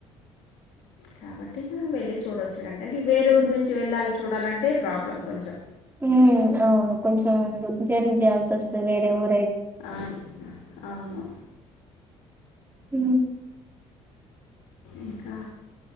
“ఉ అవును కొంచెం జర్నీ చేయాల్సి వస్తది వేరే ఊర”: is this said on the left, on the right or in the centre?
Right